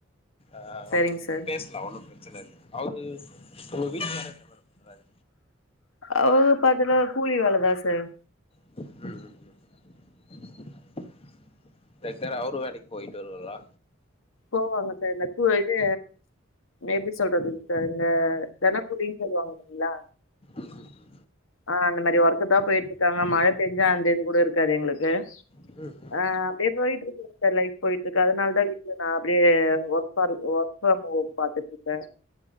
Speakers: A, on the left; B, on the left.
A: அ
B: சரிங்க சார்
A: பேசலா ஒன்னும் ப்ர சன இல்ல அவுரு உங்க வீட்டுக்காரு என்ன மேடம் பண்றாரு
B: அவ் பாத்தன்னா கூலி வேலதா சார்
A: ம் ம் ம் செரி செரி அவ்ரு வேலக்கு போய்ட்டு வருவாரா
B: போவாங்க சார் இந்த பூ இது எப்டி சொல்றது சார் இந்தங்க தெனக்கூலின்னு சொல்லுவாங் பாத்திங்களா
A: ம் ம் ம்
B: ஆ அந்த மேரி ஒர்க்குதா போய்ட்டு இருக்காங்க மழ பேஞ்சா அந்த இது கூட இருக்காது எங்ளுக்கு
A: ம் ம்
B: ஆ அப்டியே போய்ட்டுருக்குங் சார் லைப் போயிட்ருக்கு அதனாலதா நா அப்டியே work for work from home பாத்துட்டு இருக்கே